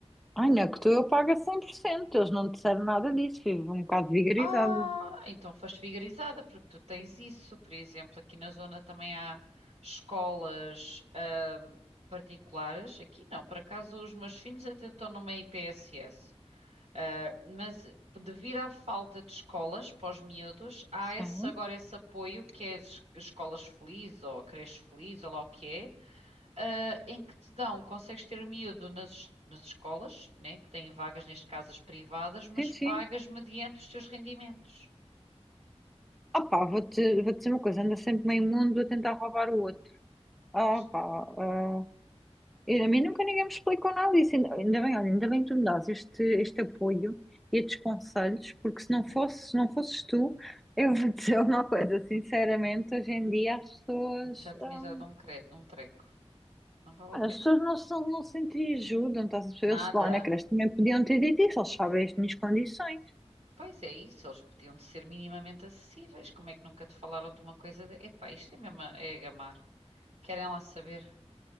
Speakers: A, in the centre; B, on the right.
A: Ai, não, é que tu eu pago a cem por cento Eles não disseram nada disso. Vivo um bocado vigarizada.
B: Ah, então foste vigarizada, porque tu tens isso. Por exemplo, aqui na zona também há escolas ahm, particulares. Aqui não, por acaso os meus filhos até estão numa IPSS. Ah, mas devido à falta de escolas para os miúdos, há
A: Sim,
B: esse, agora esse apoio que é es- escolas felizes ou creche feliz ou lá o que é, ah, em que te dão, consegues ter o miúdo nas, nas escolas, né, que têm vagas, neste caso as privadas, mas
A: sim, sim.
B: pagas mediante os teus rendimentos.
A: Ah pá, vou-te vou dizer uma coisa. Anda sempre meio mundo a tentar roubar o outro. Ah
B: Pois,
A: pá, ah, Eu- A mim nunca ninguém me explicou nada disso. Ainda ainda bem, olha, ainda bem que tu me dás este, este apoio e estes conselhos, porque se não fosse,
B: ai,
A: se não fosses tu, eu vou dizer <laughs> uma coisa, sinceramente, hoje em dia as pessoas,
B: Já tinhas
A: ah,
B: dado um, cre... um treco. Não vale a
A: as
B: pena.
A: pessoas não, são, não se entreajudam, estás a perceber?
B: Nada.
A: Eles lá na creche também podiam ter dito isso, eles sabem as minhas condições.
B: Pois é isso, eles podiam de ser minimamente acessíveis. Como é que nunca te falaram de uma coisa de... Epá, isto é mesmo a... é a gamar. Querem lá saber.